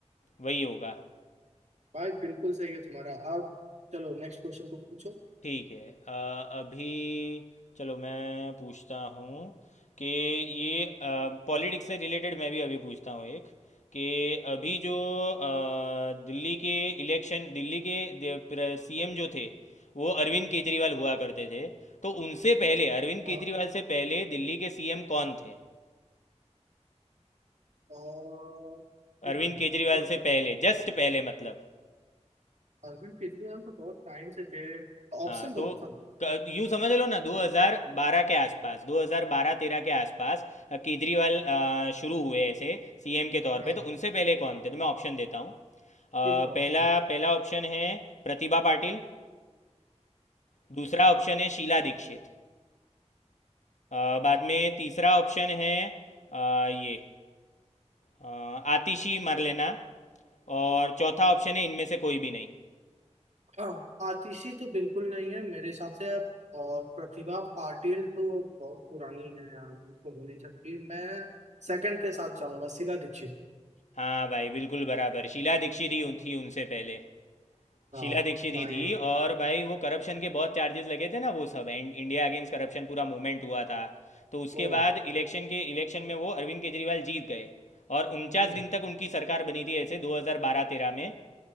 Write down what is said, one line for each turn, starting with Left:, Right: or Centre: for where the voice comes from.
Left: वही होगा
Right: भाई बिल्कुल सही है तुम्हारा अब चलो नेक्स्ट क्वेश्चन तुम पूछो
Left: ठीक है अ, अभी चलो मैं पूछता हूँ कि ये पॉलिटिक्स से रिलेटेड मैं भी अभी पूछता हूँ एक कि अभी जो अ, दिल्ली के इलेक्शन दिल्ली के सीएम जो थे वो अरविंद
Right: हम्म,
Left: केजरीवाल हुआ करते थे तो उनसे पहले अरविंद केजरीवाल
Right: हाँ
Left: से पहले दिल्ली के सीएम कौन थे
Right: और ये
Left: अरविंद
Right: आगे
Left: केजरीवाल
Right: थोड़ा
Left: से
Right: सा-
Left: पहले जस्ट पहले मतलब
Right: अरविंद केजरीवाल तो बहुत टाइम से थे ऑप्शन
Left: हाँ
Right: तो
Left: तो
Right: ऑप्शन
Left: क- यूं समझ लो ना 2012 के आसपास 2012-13 के आसपास अ, केजरीवाल अ, शुरू हुए ऐसे सीएम के तौर
Right: हाँ
Left: पे तो उनसे पहले कौन थे तो मैं ऑप्शन देता हूँ अ,
Right: गिव मी ऑप्शन
Left: पहला पहला ऑप्शन है प्रतिभा पाटिल दूसरा ऑप्शन है शीला दीक्षित अ, बाद में तीसरा ऑप्शन है अ, ये अ, आतिशी मरलेना और चौथा ऑप्शन है इनमें से कोई भी नहीं
Right: हाँ आतिशी तो बिल्कुल नहीं है मेरे हिसाब से अब और प्रतिभा पाटिल तो बहुत पुरानी है यार बिल्कुल हो नहीं सकती मैं सेकंड के साथ जाऊंगा शीला दीक्षित
Left: हाँ भाई बिल्कुल बराबर शीला दीक्षित ही उन- थी उनसे पहले
Right: हाँ
Left: शीला दीक्षित
Right: भाई
Left: ही थी और भाई वो करप्शन के बहुत चार्जेस लगे थे ना वो सब एंड इंडिया अगेंस्ट करप्शन पूरा मूवमेंट हुआ था तो उसके
Right: तो
Left: बाद इलेक्शन के इलेक्शन में वो अरविंद केजरीवाल जीत गए और उनचास
Right: हम्म,
Left: दिन तक उनकी सरकार बनी थी ऐसे 2012-13 में